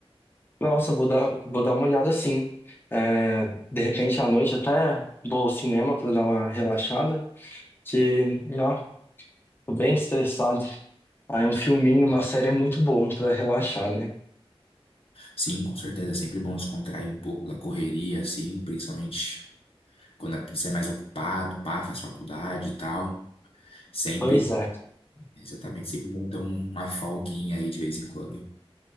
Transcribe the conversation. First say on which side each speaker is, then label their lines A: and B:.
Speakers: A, on the left; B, on the left.
A: Nossa, vou dar, vou dar uma olhada sim. É, de repente à noite até vou ao cinema para dar uma relaxada, que, ó, tô bem estressado. Aí um filminho, uma série é muito bom para relaxar, né?
B: Sim, com certeza. É sempre bom descontrair um pouco da correria, assim, principalmente quando é, você é mais ocupado, pá, faz faculdade e tal. Sempre,
A: Pois é.
B: exatamente, sempre bom ter um- uma folguinha aí de vez em quando.